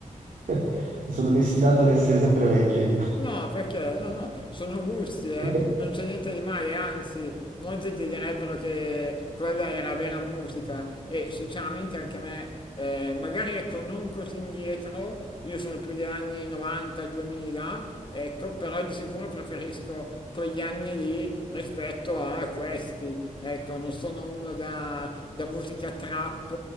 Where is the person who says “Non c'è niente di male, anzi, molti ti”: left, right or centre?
Left